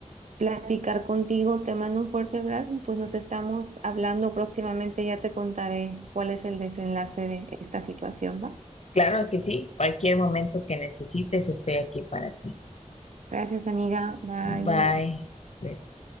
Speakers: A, on the right; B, on the left.
A: platicar contigo. Te mando un fuerte abrazo y pues nos estamos hablando próximamente. Ya te contaré cuál es el desenlace de esta situación, ¿va?
B: Claro que sí, cualquier momento que necesites, estoy aquí para ti.
A: Gracias, amiga. Bye,
B: Bye.
A: un beso.
B: Beso.